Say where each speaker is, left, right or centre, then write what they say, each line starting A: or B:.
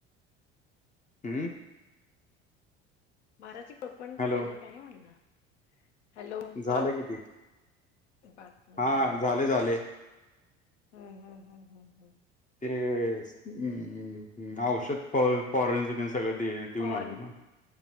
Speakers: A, on the left; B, on the left.
A: हम्म.
B: बाराज कोपण
A: हॅलो
B: केलं काय म्हणलं? हॅलो
A: झालं
B: भात
A: कि ते
B: <unintelligible>
A: हा झाले ते झाले.
B: हम्म हम्म हम्म हम्म हम्म.
A: ते अम औषध फ फवारेचन त्ये सगळं ते देऊन
B: पवन
A: आलो ना.